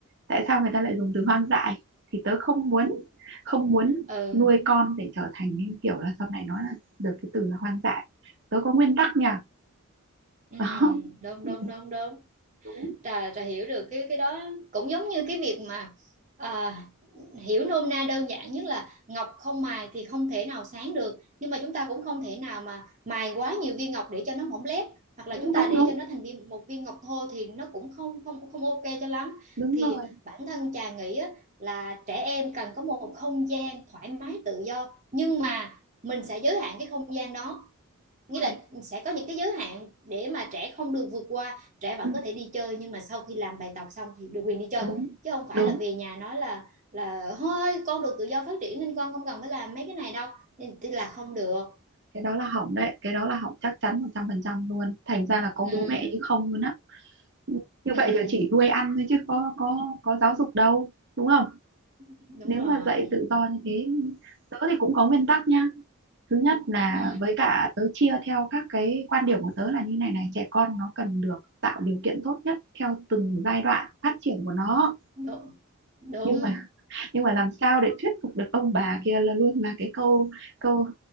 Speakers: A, on the right; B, on the right.
A: tại sao người ta lại dùng từ hoang dại thì tớ không muốn không muốn
B: ừ
A: nuôi con để trở thành những kiểu là sau này nói là được cái từ là hoang dại tớ có nguyên tắc nhỉ
B: ừ
A: đó
B: đúng
A: Ừ,
B: đúng đúng đúng
A: đúng
B: trà trà hiểu được cái cái đó cũng giống như cái việc mà à, hiểu nôm na đơn giản nhất là ngọc không mài thì không thể nào sáng được nhưng mà chúng ta cũng không thể nào mà mài quá nhiều viên ngọc để cho nó mỏng lép hoặc là
A: đúng
B: chúng ta
A: đúng
B: để
A: đúng
B: cho nó thành viên một viên ngọc thô thì nó cũng không không không ok cho lắm
A: đúng
B: thì
A: rồi
B: bản thân trà nghĩ á, là trẻ em cần có một không gian thoải mái tự do nhưng mà mình sẽ giới hạn cái không gian đó nghĩa
A: đúng
B: là
A: rồi
B: sẽ có những cái giới hạn để mà trẻ không được vượt qua trẻ vẫn
A: ừ,
B: có thể đi chơi nhưng mà sau khi làm bài tập xong thì được quyền đi chơi
A: đúng
B: chứ không phải
A: đúng
B: là về nhà nói là là thôi con được tự do phát triển nên con không cần phải làm mấy cái này đâu nên là không được
A: cái đó là hỏng đấy cái đó là hỏng chắc chắn một trăm phần trăm luôn thành ra là
B: ừ,
A: có bố mẹ chứ không luôn á Ừ, như
B: ừ,
A: vậy giờ chỉ nuôi ăn thôi chứ có có có giáo dục đâu đúng không
B: đúng
A: nếu
B: rồi
A: mà dạy tự do như thế tớ thì cũng có nguyên tắc nha thứ nhất là
B: ừ,
A: với cả tớ chia theo các cái quan điểm của tớ là như này này trẻ con nó cần được tạo điều kiện tốt nhất theo từng giai đoạn phát triển của nó
B: đúng đúng
A: nhưng mà nhưng mà làm sao để thuyết phục được ông bà kia là luôn là cái câu câu